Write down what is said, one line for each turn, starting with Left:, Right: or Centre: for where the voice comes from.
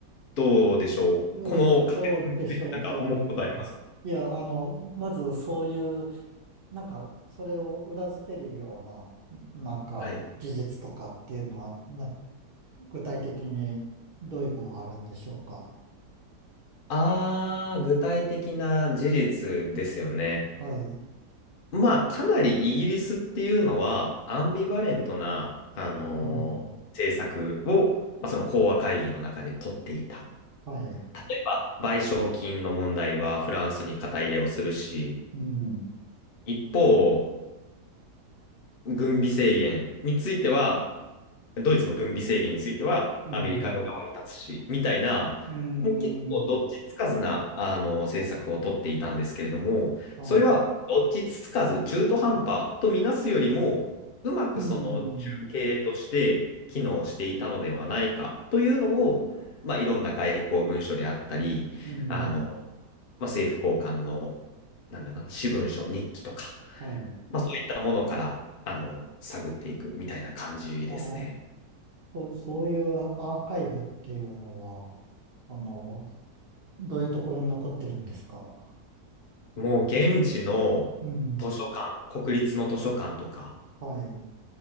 Left: どうでしょう。このカフェ
Right: えっと、どうでしょうというか。
Left: なんか思うことあります
Right: いや、あの、まずそういう、なんか、それを裏付けるような、なんか、
Left: はい。
Right: 事実とかっていうのは、な具体的にどういうものがあるんでしょうか。
Left: あー、具体的な事実ですよね。
Right: はい。
Left: まあ、かなりイギリスっていうのは、アンビバレントな、あのー政策を、
Right: うん。
Left: まあ、その講和会議の中で取っていた。
Right: はい。
Left: 例えば、賠償金の問題はフランスに肩入れをするし、
Right: うん。
Left: 一方、軍備制限については、ドイツの軍備制限については、
Right: うん。
Left: アメリカの側に立つし、みたいな、
Right: うん。
Left: もう結構どっちつかずな、あの、政策を取っていたんですけれども、
Right: はい。
Left: それはどっちつかず、中途半端とみなすよりも、うまくその中継として機能していたのではないかというのを、
Right: うん。
Left: まあ、いろんな外交文書であったり、
Right: うん。
Left: あの、まあ、政府高官の、なんだろうな、私文書、日記とか、
Right: はい。
Left: まあ、そういったものから、あの、探っていくみたいな感じですね。
Right: ああ、そう、そういうアーカイブっていうのは、あの、どういうところに残ってるんですか。
Left: もう現地の図書館、
Right: うん。
Left: 国立の図書館とか、
Right: はい。